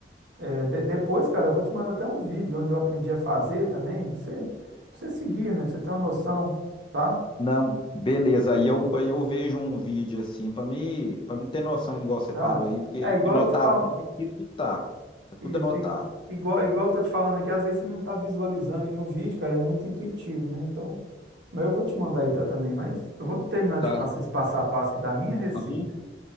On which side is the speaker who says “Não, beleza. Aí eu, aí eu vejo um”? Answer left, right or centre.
Left